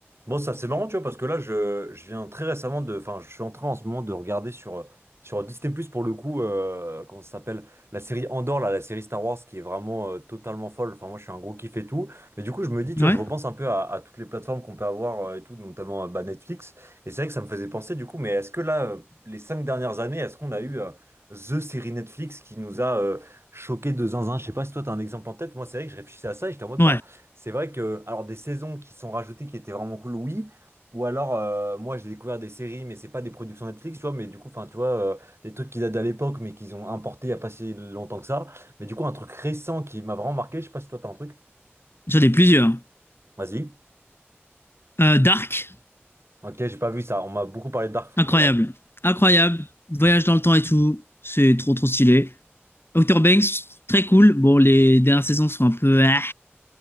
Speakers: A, on the right; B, on the left.
A: Bon, ça c'est marrant, tu vois, parce que là, je, je viens très récemment de. Enfin, je suis en train en ce moment de regarder sur, euh, sur Disney+, pour le coup, euh, comment ça s'appelle? La série Andor, là, la série Star Wars, qui est vraiment euh, totalement folle. Enfin, moi, je suis un gros kiff et tout. Mais du coup, je me dis, tu
B: Ouais,
A: vois, je repense un peu à, à toutes les plateformes qu'on peut avoir euh, et tout, notamment euh, bah, Netflix. Et c'est vrai que ça me faisait penser, du coup, mais est-ce que là, euh, les cinq dernières années, est-ce qu'on a eu euh, The série Netflix qui nous a euh, choqué de zinzin? Je sais pas si toi, t'as un exemple en tête. Moi, c'est vrai que je réfléchissais à ça et j'étais en mode,
B: ouais,
A: bah. C'est vrai que, alors des saisons qui sont rajoutées qui étaient vraiment cool, oui. Ou alors, euh, moi j'ai découvert des séries, mais c'est pas des productions Netflix, tu vois, mais du coup, enfin, tu vois, euh, des trucs qu'ils datent à l'époque, mais qu'ils ont importé il y a pas si longtemps que ça. Mais du coup, un truc récent qui m'a vraiment marqué, je sais pas si toi t'as un truc.
B: j'en ai plusieurs.
A: Vas-y.
B: Euh, Dark,
A: Ok, j'ai pas vu ça, on m'a beaucoup parlé de Dark, faut
B: incroyable,
A: que je regarde.
B: incroyable, voyage dans le temps et tout, c'est trop trop stylé. Outer Banks, très cool. Bon, les dernières saisons sont un peu, ah,